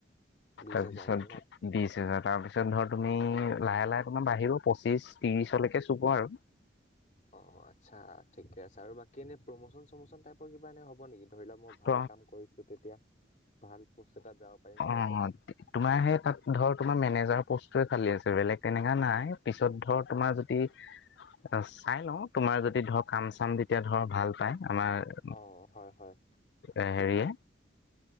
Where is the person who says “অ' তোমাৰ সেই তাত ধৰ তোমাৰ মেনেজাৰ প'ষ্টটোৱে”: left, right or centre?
Left